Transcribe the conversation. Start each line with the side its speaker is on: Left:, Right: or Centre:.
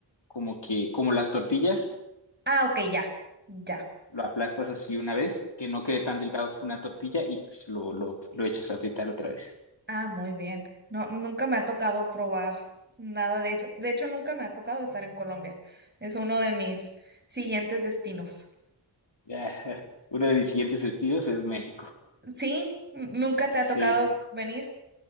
Left: como que, como las tortillas,
Right: Ah, ok, ya, ya.
Left: lo aplastas así una vez, que no quede tan delgado como una tortilla y pues, lo, lo, lo echas a fritar otra vez.
Right: Ah, muy bien. No, nunca me ha tocado probar nada de hecho. De hecho, nunca me ha tocado estar en Colombia. Es uno de mis siguientes destinos.
Left: Ya, <laughs> Uno de mis siguientes destinos es México.
Right: Sí, ¿N- nunca te ha
Left: Sí,
Right: tocado venir.